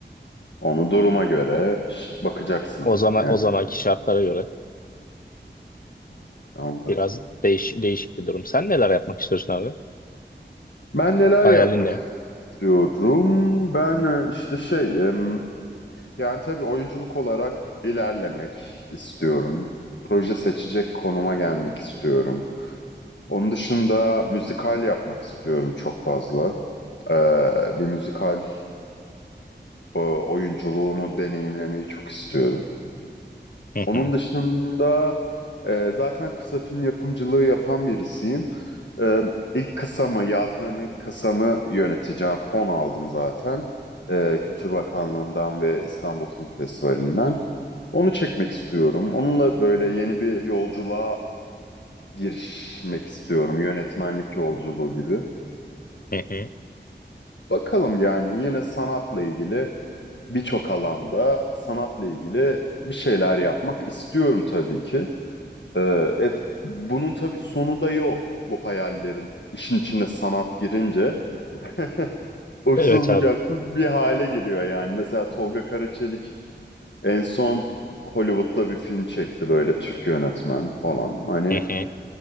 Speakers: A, on the left; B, on the left.
A: Onu duruma göre ş- bakacaksın.
B: O zaman
A: Yani
B: o zamanki şartlara göre
A: anladım.
B: biraz değiş, değişik bir durum. Sen neler yapmak istiyorsun abi?
A: Ben neler
B: Hayalin
A: yapmak
B: ne?
A: istiyorum? Ben e, işte şey, em, yani tabii oyunculuk olarak ilerlemek istiyorum. Proje seçecek konuma gelmek istiyorum. Onun dışında müzikal yapmak istiyorum çok fazla. Ee, bir müzikal e, oyunculuğunu deneyimlemeyi çok istiyorum.
B: Hı
A: Onun
B: hı,
A: dışında e, zaten kısa film yapımcılığı yapan birisiyim. Ee, ilk kısamı, yazdığım ilk kısamı yöneteceğim. Fon aldım zaten. Ee, Kültür Bakanlığı'ndan ve İstanbul Film Festivali'nden. Onu çekmek istiyorum. Onunla böyle yeni bir yolculuğa girişmek istiyorum. Yönetmenlik yolculuğu gibi.
B: hı hı.
A: Bakalım yani yine sanatla ilgili birçok alanda sanatla ilgili bir şeyler yapmak istiyorum tabii ki. Ee, et, bunun tabii sonu da yok bu hayallerin. İşin içine sanat girince <laughs> uçsuz
B: Evet
A: bucaksız
B: abi.
A: bir hale giriyor yani. Mesela Tolga Karaçelik en son Hollywood'da bir film çekti böyle Türk yönetmen falan. Hani
B: Hı hı.